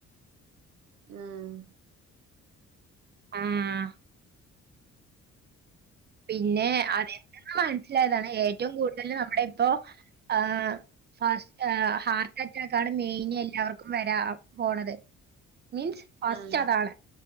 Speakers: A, on the right; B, on the right.
A: ഉമ്മ്
B: ഉമ്മ് പിന്നെ അതെന്തെന്ന് മനസ്സിലായതാണ് ഏറ്റവും കൂടുതൽ നമ്മുടെ ഇപ്പോ ആ ഫസ്റ്റ് ഹാർട്ട് അറ്റാക്ക് ആണ് മെയിന് എല്ലാവർക്കും വരാ പോണത്. മീൻസ് ഫസ്റ്റ്
A: ആഹ് ഉം ആഹ്
B: അതാണ്